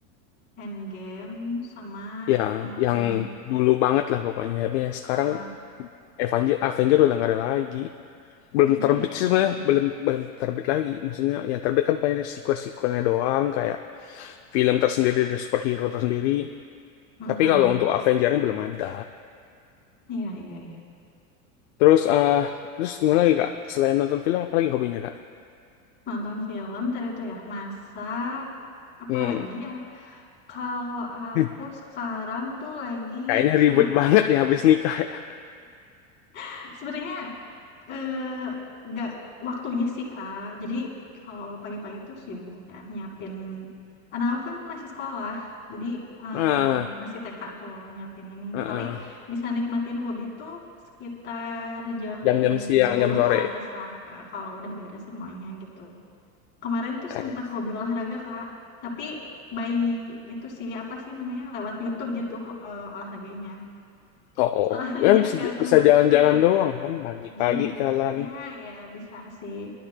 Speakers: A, on the left (about 25°); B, on the left (about 55°).
A: Endgame sama
B: ya
A: eh,
B: yang dulu banget lah pokoknya tapi yang sekarang
A: ah ah,
B: Avenger Avenger udah nggak ada lagi belum
A: Avenger
B: terbit
A: ya ya
B: sih
A: ada.
B: sebenarnya belum belum terbit lagi maksudnya yang terbit kan paling sequel-sequelnya doang kayak film tersendiri dari superhero tersendiri
A: Mm-mm.
B: tapi kalau untuk Avengernya belum ada
A: Iya iya iya.
B: terus eh terus gimana lagi kak selain nonton film apa lagi hobinya kak
A: Nonton film tadi tuh ya masak apa
B: hmm.
A: lagi ya? Kalau aku
B: <laughs>
A: sekarang tuh lagi
B: kayaknya ribet
A: seneng.
B: banget ya habis nikah ya. <laughs>
A: <laughs> Sebenarnya Eh, nggak waktunya sih Kak. Jadi kalau pagi-pagi tuh sibuk ya nyiapin. Anak aku kan masih sekolah, jadi eh,
B: ah
A: masih TK tuh nyiapin ini.
B: ah, ah.
A: Paling bisa nikmatin hobi tuh sekitar jam
B: jam-jam siang
A: 10
B: jam sore
A: ke atas lah Kak, kalau udah beres semuanya gitu. Kemarin tuh
B: Eh,
A: sempet hobi olahraga Kak, tapi by itu sih apa sih namanya lewat YouTube gitu ho- eh, olahraganya.
B: Oh, oh.
A: Soalnya
B: Kan bisa
A: nggak sempet
B: bisa jalan-jalan
A: ke
B: doang kan pagi-pagi
A: gym.
B: jalan.
A: Ya, ya bisa sih.